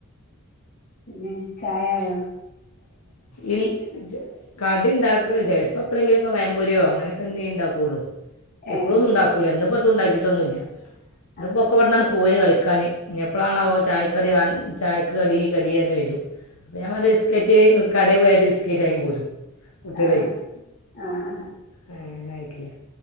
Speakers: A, on the left (about 40°); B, on the left (about 75°).
A: പിന്നെ ചായായോ?
B: ഇൽ കടി ഇണ്ടാക്ക ചെലപ്പൊ എപ്പോളേ ങ്കിലൊക്കെ വയംമ്പെരിയോ അങ്ങനൊക്കെന്തേ ഇണ്ടാക്കൊള്ളു.
A: ഏ
B: എപ്പളൊന്നും ഇണ്ടാക്കൂല ഇന്നപ്പോ എത്തും ഇണ്ടാക്കിയിട്ടൊന്നുല്ല ഇന്നപ്പോ
A: ആ
B: ഒക്കെവിട്ന്ന പോയിന് കളിക്കാന്. ഇനി എപ്പളാണാവോ ചായക്കടി ചായക്ക് കടി കടിഅറഞവരും. ഞാൻ ബിസ്കറ്റ് കടെ പോയാണ്ട് ബിസ്കേറ്റാങ്ങി പോരും കുട്ടികളയ്.
A: ആ ആ ആ
B: ആ ഞ അയക്കില്ലേ